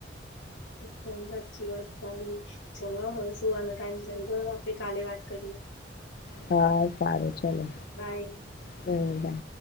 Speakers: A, on the left; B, on the left.
A: એ પણ સાચી વાત તારી ચલો હવે સુવાનો ટાઈમ થયો બોલો આપડે કાલે વાત કરીએ
B: હા સારું ચલો
A: બાય
B: હમ્મ બાય